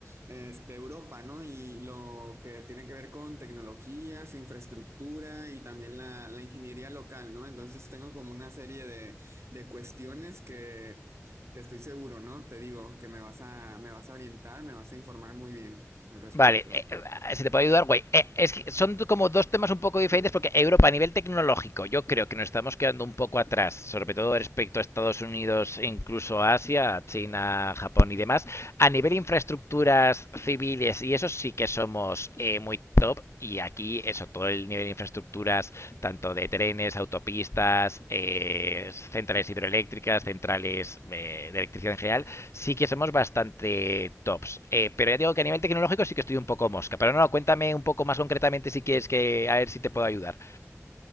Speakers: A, on the right (about 60°); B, on the left (about 60°).
A: este, Europa, ¿no? Y lo que tiene que ver con tecnología, su infraestructura y también la, la ingeniería local, ¿no? Entonces tengo como una serie de, de cuestiones que, que estoy seguro, ¿no? Te digo que me vas a, me vas a orientar, me vas a informar muy bien al respecto.
B: Vale, eh, eh, si te puedo ayudar, güey. Eh, es que son como dos temas un poco diferentes porque Europa a nivel tecnológico yo creo que nos estamos quedando un poco atrás, sobre todo respecto a Estados Unidos, e incluso a Asia, China, Japón y demás. A nivel infraestructuras civiles y eso sí que somos eh, muy top y aquí eso, todo el nivel de infraestructuras, tanto de trenes, autopistas, eh, centrales hidroeléctricas, centrales eh, de electricidad en general, sí que somos bastante tops. Eh, pero ya digo que a nivel tecnológico sí que estoy un poco mosca. Pero no, cuéntame un poco más concretamente si quieres que, a ver si te puedo ayudar.